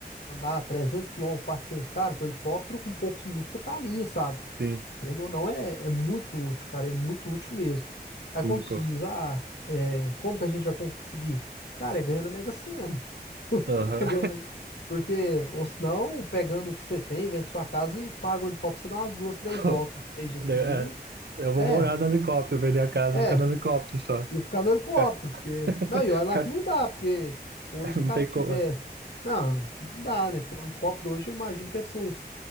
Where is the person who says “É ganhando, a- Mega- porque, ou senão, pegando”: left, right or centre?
Left